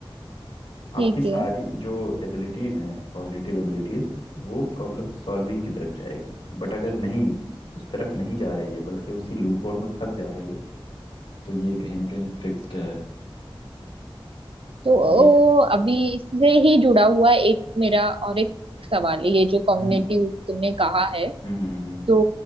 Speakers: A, on the left; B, on the right.
A: आपकी
B: ठीक
A: सारी
B: है
A: जो एबिलिटीज हैं कॉग्निटिव एबिलिटीज वो प्रॉब्लम सॉल्विंग की तरफ जाएगी बट अगर नहीं उस तरफ नहीं जा रही है बल्कि उसी लूप होल में फंस जा रही है तो ये कहीं ना कहीं फिक्स्ड है
B: तो
A: ये
B: ओ, अभी इससे ही जुड़ा हुआ एक मेरा और एक सवाल है ये जो कॉग्निटिव
A: हम्म
B: तुमने कहा है
A: हम्म
B: तो